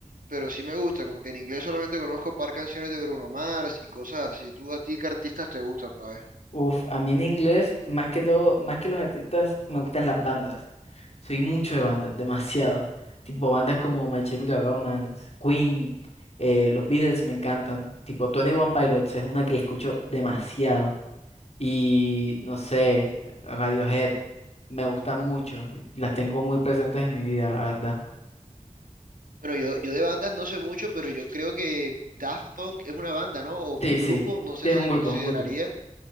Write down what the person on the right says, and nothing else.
pero sí me gusta, como que en inglés solamente conozco par canciones de Bruno Mars y cosas así, ¿tú a ti qué artistas te gustan, pa'
Bueno, yo, yo de bandas no sé mucho, pero yo creo que Daft Punk es una banda, ¿no? O
un grupo,
no sé
si
se
consideraría.